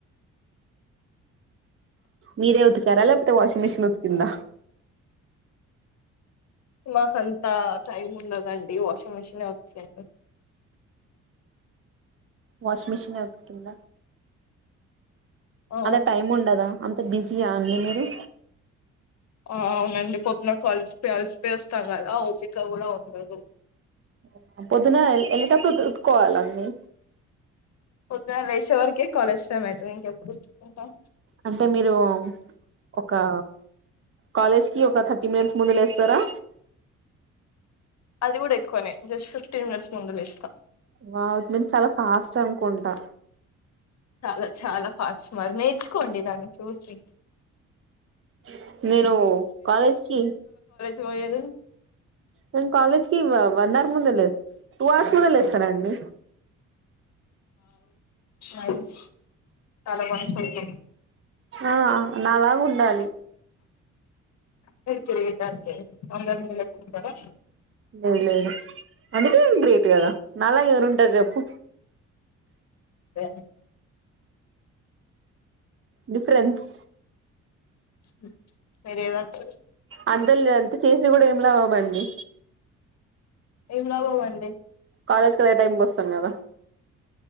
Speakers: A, on the right; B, on the left.
A: మీరే ఉతికర లేక్ టే వాషింగ్ మెషీన్ ఉతికింద
B: నాకంతా టైమ్ ఉండదండి వాషింగ్ మిషినే ఉత్కే
A: వాషింగ్ మిషిన్ ఉతికింద
B: ఓ
A: అలా టైమ్ ఉండదా అం త బిజీయా అండి మీరు
B: అవునండి పొద్దున్న కలిసి అలిసి పోయి వస్తం కదా, ఓపిక కూడా ఉండదు.
A: అవునా పొద్దున ఎళ్ళెటప్పుడు ఉత్తుకోవాల అన్ని
B: పొద్దున్న లేషే వరకే కాలేజ్ టైమ్ అయితది ఇంకెప్పుడు ఉంటాం,
A: అంటే మీరూ మ్ ఒకా కాలేజ్ కి ఒక థర్టీ మినిట్స్ ముందు లేస్తరా?
B: అది కూడా ఎక్కువనే జస్ట్ ఫిఫ్టీన్ మినిట్స్ ముందు లేస్తా.
A: వావ్ ఇట్ మీన్స్ చాలా ఫాస్ట్ అనుకుంటా.
B: చాలా చాలా ఫాస్ట్ మరి నెర్చుకోండి నన్ను చూసి
A: <unintelligible> నేను కాలేజ్కి
B: పోయది
A: నే కాలేజ్ కి వన్ అవర్ ముంద లే టూ అవర్స్ ముంద లేస్త అస్తనండి
B: నైస్ చాలా మంచియంది
A: ఆ నాలాగా ఉండాలి
B: మీరు గ్రేట్ అండి అందరినీ లెక్కుంటారా
A: లేదు లేదు అందుకే ఏం ప్రీతి కదా నాలాగ ఎవరు ఉంటారు చెప్పు
B: రే
A: డిఫరెన్స్
B: <unintelligible> మీర ఏది అంట్
A: హస్బెండ్ లేదంటే చూస్ కూడా ఏమిలా అవ్వండి
B: ఏంలా వండి
A: కాలేజ్ కెళ్ళే టైమ్ బస్ సన్నద